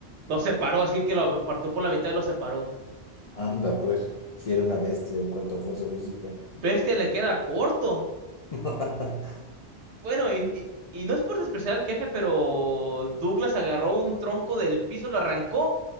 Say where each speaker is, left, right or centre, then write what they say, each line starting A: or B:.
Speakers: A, on the right; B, on the left.
A: Lo separó así que lo partió por la mitad y lo separó.
B: Anda, pues. Si era una bestia en cuanto a fuerza física.
A: Bestia le queda corto.
B: <laughs>
A: Bueno, y, y- y no es por despreciar al jefe, pero Douglas agarró un tronco del piso, lo arrancó